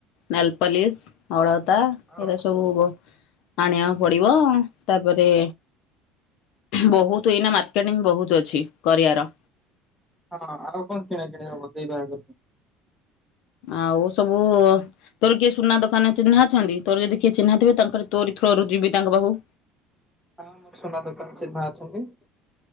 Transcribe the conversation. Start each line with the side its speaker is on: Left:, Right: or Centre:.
Left: ନେଲପଲିସ୍, ଅଳତା
Centre: ଆଉ
Left: ଏଇରା ସବୁ ଆଣିବାକୁ ପଡିବ ତାପରେ ବହୁତ୍ ଏଇନା ମାର୍କେଟିଂ ବହୁତ୍ ଅଛି କରିବାର।
Centre: ହଁ ଆଉ କଣ କିଣା କିିଣି ହଵ ଦେଇ ବାହାଘରକୁ?
Left: ଆଉ ସବୁ ତୋର କିଏ ସୁନା ଦୋକାନରେ ଚିହ୍ନା ଅଛନ୍ତି ତୋର ଯଦି କିଏ ଚିହ୍ନାଥିବେ ତାଙ୍କର ତୋରି ଥ୍ରୋ ରୁ ଯିବି ତାଙ୍କ ପାଖକୁ।
Centre: ହଁ ମୋର ସୁନା ଦୋକାନ ଚିହ୍ନା ଅଛନ୍ତି।